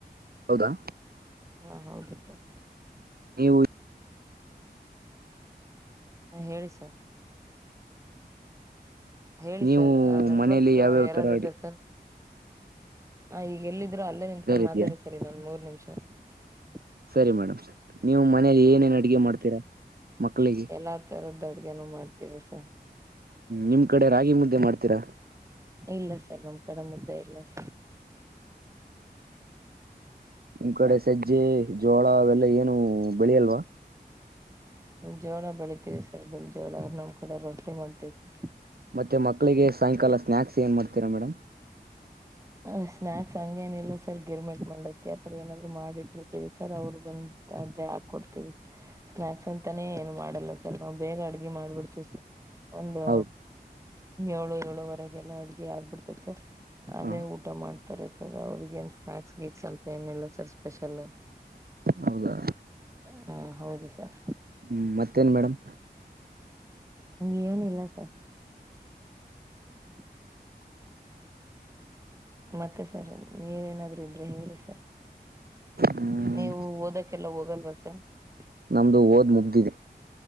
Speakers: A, on the right; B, on the right.
A: ಹೌದಾ
B: ಹಾ ಹೌದು ಸರ್.
A: ನೀವು
B: ಹ ಹೇಳಿ ಸರ್. ಹೇಳಿ
A: ನೀವು
B: ಸರ್ ನೆಟ್ವರ್ಕ್
A: ಮನೇಲಿ ಯಾವ್ಯಾವ
B: ಎರರಿಂದ
A: ತರ ಅಡಿ
B: ಸರ್ ಹ ಈಗ ಎಲ್ಲಿದಿರೋ ಅಲ್ಲೇ ನಿಂತ್ಕೊಂಡು
A: ಇದೆಯಾ
B: ಮಾತಾಡಿ ಸರ್ ಇನ್ನೊಂದ್ಮೂರ್ ನಿಮ್ಷ. ಸ <inaudible>
A: ಸರಿ ಮೇಡಮ್ ನೀವು ಮನೇಲಿ ಏನೇನ್ ಅಡುಗೆ ಮಾಡ್ತೀರಾ ಮಕ್ಕಳಿಗೆ
B: ಎಲ್ಲಾ ತರದ ಅಡ್ಗೆನು ಮಾಡ್ತೀವಿ ಸರ್
A: ನಿಮ್ ಕಡೆ ರಾಗಿ ಮುದ್ ದ್ದೆ ಮಾಡ್ತಿರಾ?
B: ಇಲ್ಲ ಸರ್ ನಮ್ಕಡೆ ಮುದ್ದೆ ಇಲ್ಲ ಸರ್.
A: ನಿಮ್ಕಡೆ ಸಜ್ಜೆ ಜೋಳ ಅವೆಲ್ಲ ಏನು ಬೆಳಿಯಲ್ವಾ?
B: ಜೋಳ ಬೆಳಿತೀವಿ ಸರ್ ಬಿಳಿ ಜೋಳ ನಮ್ಮ್ಕಡೆ ರೊಟ್ಟಿ ಮಾಡ್ತೀವಿ ಸರ್.
A: ಮತ್ತೆ ಮಕ್ಕಳಿಗೆ ಸಾಯಂಕಾಲ ಸ್ನಾಕ್ಸ್ ಏನ್ ಮಾಡ್ ತೀರಾ ಮೇಡಮ್?
B: ಹ ಸ್ನಾಕ್ಸ್ ಹಂಗೇನಿಲ್ಲ ಸರ್ ಗಿರ್ಮಿಟ್ ಮಂಡಕ್ಕಿ ಆತರ ಏನಾದ್ರು ಮಾಡಿಟ್ಟಿರ್ತೇವಿ ಸರ್ ಅವ್ರ್ ಬಂತ ಅದೇ ಹಾಕೊಡ್ತೇವಿ ಸ ಸ್ನಾಕ್ಸ್ ಅಂತಾನೇ ಏನ್ ಮಾಡಲ್ಲ ಸರ್ ನಾವ್ ಬೇಗ ಅಡ್ಗಿ ಮಾಡ್ಬಿಡ್ತೀವಿ ಸರ್. ಒಂದು
A: ಹೌದು
B: ಏಳು ಏಳುವರೆ ಎಲ್ಲಾ ಅಡ್ಗೆ ಆಗ್ಬಿಡ್ತೖತ್ ಸರ್.
A: ಹ
B: ಬೇಗ್ ಊಟ ಮಾಡ್ ತರೆ ಸರ್ ಅವ್ರ್ಗ್ ಏನ್ ಸ್ನಾಕ್ಸ್ ಗೀಕ್ಸ್ ಅಂತೇನಿಲ್ಲ ಸರ್. ಸ್ಪೆಷಲು
A: ಹೌದಾ
B: ಹ. ಹೌದು ಸರ್.
A: ಹ್ಮ್ ಮತ್ತೇನ್ ಮೇಡಮ್.
B: ಹಂಗೆನಿಲ್ಲ ಸರ್. <inaudible> ಮತ್ತೆ ಸರ್ ನೀವೇನಾದ್ರ ಇದ್ರೆ ಹೇಳಿ ಸರ್.
A: ಹ್ಮ್
B: ನೀವು ಓದಕ್ಕೆಲ್ಲ ಹೋಗ್ ಲ್ವ್ <unintelligible>
A: ನಮ್ದು ಓದ್ ಮುಗ್ದಿದೆ.